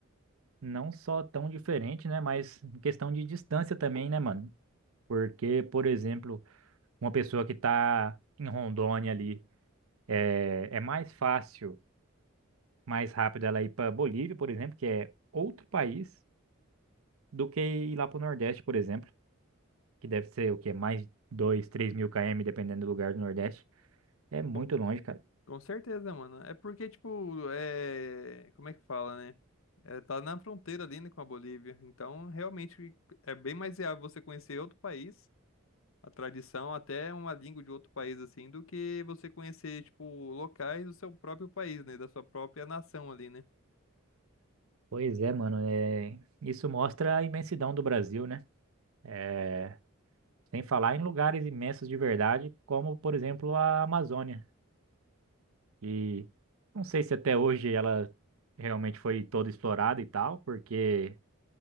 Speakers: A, on the right; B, on the left.
A: Não só tão diferente, né, mas em questão de distância também, né, mano? Porque, por exemplo, uma pessoa que tá em Rondônia ali, é, é mais fácil, mais rápido ela ir pra Bolívia, por exemplo, que é outro país, do que ir lá pro Nordeste, por exemplo, que deve ser o quê? Mais 2, três mil km, dependendo do lugar do Nordeste. É muito
B: Com,
A: longe, cara.
B: com certeza, mano. É porque, tipo, é... Como é que fala, né? É, tá na fronteira ali, né, com a Bolívia. Então, realmente, é bem mais viável você conhecer outro país, a tradição, até uma língua de outro país, assim, do que você conhecer, tipo, locais do seu próprio país, né? Da sua própria nação ali, né?
A: Pois é, mano. É... Isso mostra a imensidão do Brasil, né? É... Sem falar em lugares imensos de verdade, como, por exemplo, a Amazônia. E não sei se até hoje ela realmente foi toda explorada e tal, porque